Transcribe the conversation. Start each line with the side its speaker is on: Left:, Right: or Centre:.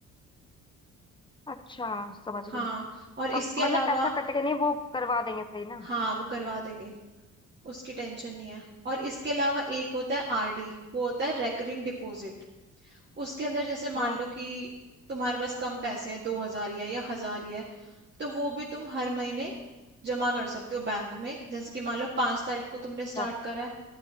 Left: अच्छा समझ गई
Right: हाँ और
Left: तो
Right: इसके
Left: मतलब
Right: अलावा
Left: पैसा कटेगा नहीं वो करवा देंगे सही ना
Right: हाँ वो करवा देंगे उसकी टेंशन नहीं है और इसके अलावा एक होता है आरडी वो होता है रेकरिंग डिपॉजिट उसके अंदर जैसे मान
Left: हम्म
Right: लो कि तुम्हारे पास कम पैसे हैं दो हजार या या हजार या तो वो भी तुम हर महीने जमा कर सकते हो बैंक में जैसे कि मान लो पांच तारीख को
Left: अच्छा
Right: तुमने स्टार्ट करा है